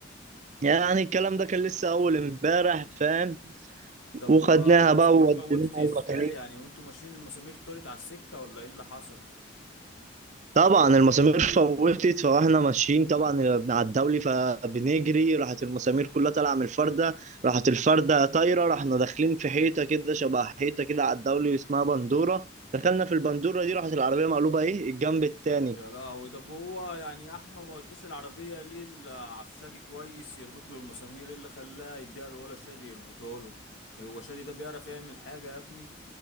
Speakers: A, on the right (about 35°); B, on the left (about 75°).
A: يعني الكلام ده كان لسه اول امبارح فاهم
B: ده والمسامير
A: وخدناها بقى ووديناها
B: فوتت
A: على
B: ازاي
A: الميكانيك
B: يعني وانتوا ماشيين المسامير طارت على السكة ولا ايه اللي حصل
A: طبعا المسامير فوتت فاحنا ماشيين طبعا على الدولي فبنجري راحت المسامير كلها طالعه من الفرده راحت الفرده طايره رحنا داخلين في حيطه كده شبه حيطه كده على الدولي اسمها بندوره دخلنا في البندوره دي راحت العربيه مقلوبه ايه الجنب التاني
B: يا لهوي ده هو يعني احمد ما وداش العربية ليه العفشاجي كويس يربط له المسامير إيه اللي خلاه يديها للولا شادي يربطه له هو شادي ده بيعرف يعمل حاجة يا ابني